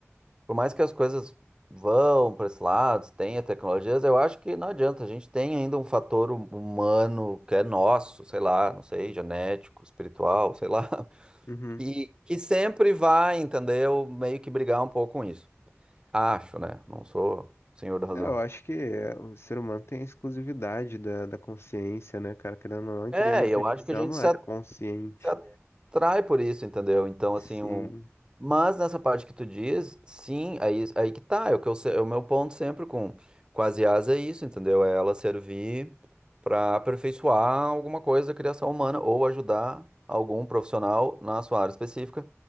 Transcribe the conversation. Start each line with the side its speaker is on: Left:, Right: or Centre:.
Right: por mais que as coisas vão para esse lado, tenha tecnologias, eu acho que não adianta, a gente tem ainda um fator hum- humano que é nosso, sei lá, não sei, genético, espiritual, sei lá.
Left: Uhum.
Right: que, que sempre vai, entendeu? Meio que brigar um pouco com isso. Acho, né? Não sou senhor da razão.
Left: É, eu acho que é, o ser humano tem a exclusividade da, da consciência, né, cara? Querendo ou não, a inteligência
Right: É, e eu
Left: artificial
Right: acho que a gente
Left: não
Right: se
Left: é consciente.
Right: se atrai por isso, entendeu? Então, assim,
Left: Sim.
Right: o... mas nessa parte que tu diz, sim, aí, aí que tá, é o que eu, se- é o meu ponto sempre com, com as IAs é isso, entendeu? É ela servir para aperfeiçoar alguma coisa da criação humana ou ajudar algum profissional na sua área específica.